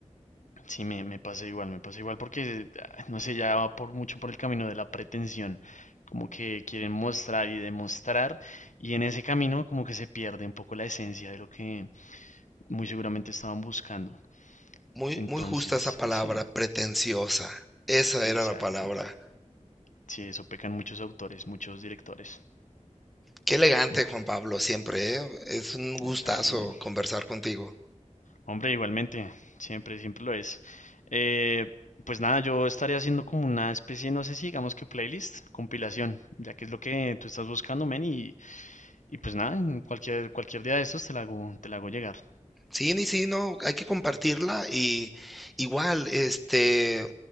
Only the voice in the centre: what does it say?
muy,
muy justa esa palabra,
pretenciosa, esa
era la palabra.
Qué elegante,
Juan Pablo, siempre, ¿eh? Es un gustazo
conversar contigo.
Sí, ni sí, no, hay que compartirla y igual, este,